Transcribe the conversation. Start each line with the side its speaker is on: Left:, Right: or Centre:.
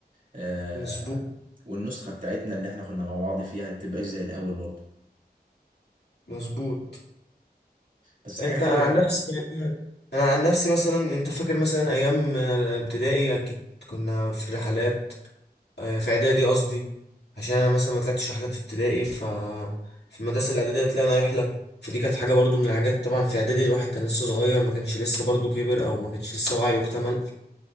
Right: آه
Left: مظبوط
Right: والنسخة بتاعتنا اللي احنا كنا مع بعض فيها تبقى زي الاول برضو
Left: مظبوط
Right: بس حاجة
Left: انت
Right: حلوة
Left: انا عن
Right: برضو
Left: نفسي يعني، انا عن نفسي مثلا انت فاكر مثلا ايام الابتدائي اكيد كنا في الرحلات آه، في اعدادي قصدي عشان انا مثلا ما طلعتش رحلات في ابتدائي ف في المدرسه الاعداديه طلعنا رحله فدي كانت حاجه برضو من الحاجات طبعا في اعدادي الواحد كان لسه صغير ما كانش لسه برضو كبر او ما كانش لسه وعيه اكتمل